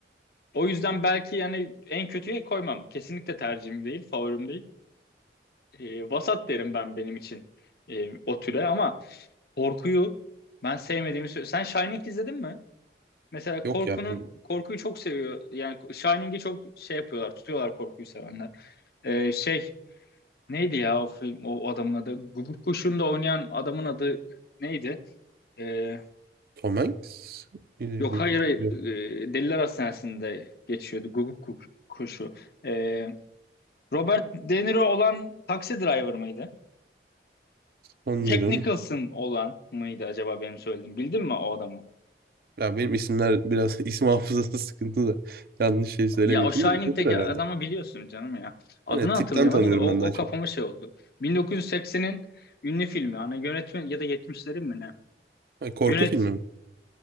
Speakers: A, on the left; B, on the right.
A: o yüzden belki yani en kötüye koymam. Kesinlikle tercihim değil, favorim değil. Ee, vasat derim ben benim için ee, o türe ama korkuyu ben sevmediğimi söylüyorum. Sen Shining izledin mi? Mesela korkunun
B: Yok ya ben
A: korkuyu çok seviyor. Yani Shining'i çok şey yapıyorlar, tutuyorlar korkuyu sevenler. Ee, şey neydi ya o film o, o adamın adı? Guguk Kuşu'nda oynayan adamın adı neydi? Ee,
B: Tom Hanks. Billy
A: yok
B: bu
A: hayır hayır
B: Yok
A: Ee, Deliler Hastanesi'nde geçiyordu Guguk Ku- Kuşu. Ee, Robert De Niro olan Taxi Driver mıydı?
B: sanırım.
A: Jack Nicholson olan mıydı acaba benim söylediğim? Bildin mi o adamı?
B: Ya benim isimler biraz <laughs> isim hafızası sıkıntı da yanlış şey söylemeyeyim
A: Ya o
B: şimdi
A: Shining'deki
B: de olur herhalde.
A: adamı biliyorsun canım ya. Adını
B: Hani tipten
A: hatırlayamadım.
B: tanıyorum
A: da O,
B: ben daha
A: o kafama
B: çok.
A: şey oldu. 1980'in ünlü filmi. Hani yönetmen ya da yetmişlerin mi ne?
B: Ha, korku
A: Yönet.
B: filmi mi?